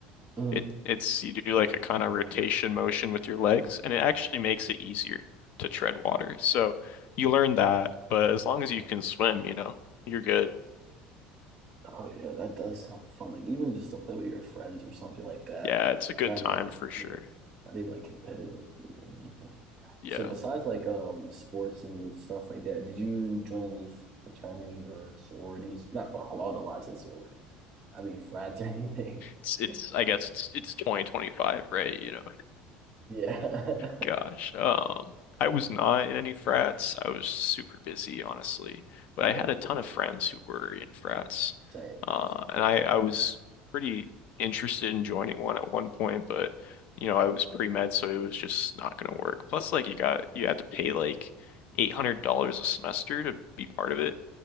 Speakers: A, on the right; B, on the left.
A: Mm.
B: It it's you do like a kind of rotation motion with your legs, and it actually makes it easier to tread water. So you learn that, but as long as you can swim, you know, you're good.
A: Oh yeah, that does sound fun. Like even just to play with your friends or something like that.
B: Yeah,
A: Like
B: it's a good
A: not
B: time
A: even
B: for sure.
A: yeah, not even like competitively or anything.
B: Yeah.
A: So besides like um sports and stuff like that, did you join any fraternities or sororities? Not <laughs> a lot of lots of sororities. I mean frats or anything.
B: It's
A: <laughs>
B: it's I guess it's it's 2025, right? You know,
A: Yeah. <laughs>
B: gosh. Um, I was not in any frats. I was super busy, honestly. But
A: Yeah.
B: I had a ton of friends who were in frats.
A: Same.
B: Uh,
A: So
B: and I, I was pretty interested in joining one at one point, but you know, I was pre-med, so it was just not gonna work. Plus, like you got you had to pay like $800 a semester to be part of it,